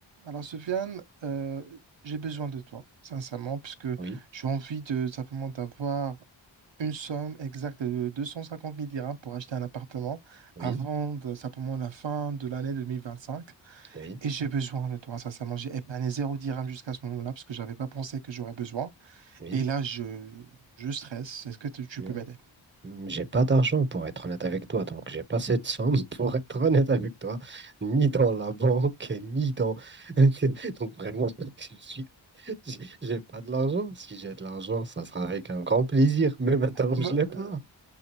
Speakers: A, on the right; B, on the right.
A: Alors, Soufiane, euh, j'ai besoin de toi, sincèrement, puisque
B: Oui,
A: j'ai envie de simplement d'avoir une somme exacte de deux cent cinquante mille dirhams pour acheter un appartement
B: oui,
A: avant de- simplement la fin de l'année 2025.
B: oui,
A: Et j'ai besoin de toi, sincèrement. J'ai épargné zéro dirham jusqu'à ce moment-là, parce que je n'avais pas pensé que j'aurais besoin.
B: oui,
A: Et là, je, je stresse. Est-ce que tu tu
B: mais
A: peux m'aider?
B: mm, j'ai pas d'argent pour être honnête avec toi, donc j'ai pas cette somme <laughs> pour être honnête avec toi, ni dans la banque, ni dans. <laughs> Donc vraiment, je suis, j'ai j'ai pas de l'argent. Si j'ai de l'argent, ça sera avec un grand plaisir, mais maintenant je
A: <laughs>
B: l'ai pas.